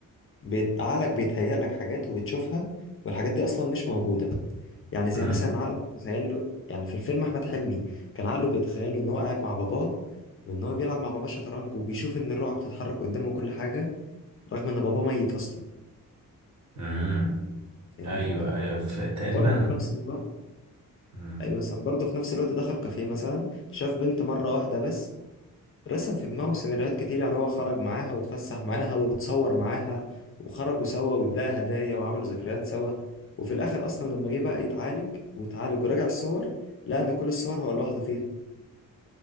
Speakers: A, on the left (about 40°); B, on the right (about 55°).
A: بيت... عقلك بيتهيأ لك حاجات وبتشوفها والحاجات دي أصلا مش موجودة يعني زي
B: امم
A: مثلا عقلك بيتخيل له يعني في الفيلم أحمد حلمي كان عقله بيتخيل له إن هو قاعد مع باباه وإن هو بيلعب مع باباه شطرنج وبيشوف إن الرقعة بتتحرك قدامه وكل حاجة رغم إن باباه ميت أصلا
B: امم
A: فاهمني
B: ايوه ايوه ف... تقريبا
A: وبرضه في نفس الوقت
B: مم.
A: ايوه صح برضه في نفس الوقت دخل كافيه مثلا شاف بنت مره واحده بس رسم في دماغه سيناريوهات كتير يعني هو خرج معاها واتفسح معاها واتصور معاها وخرجوا سوا واداها هدايا وعملوا ذكريات سوا وفي الاخر اصلا لما جه بقى يتعالج واتعالج وراجع الصور لقى ان كل الصور هو لوحده فيها